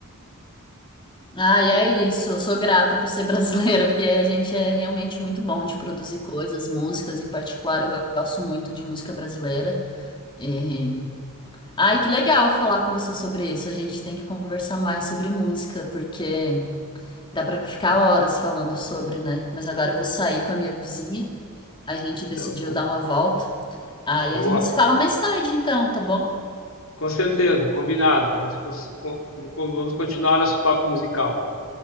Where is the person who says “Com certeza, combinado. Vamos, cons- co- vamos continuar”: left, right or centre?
Left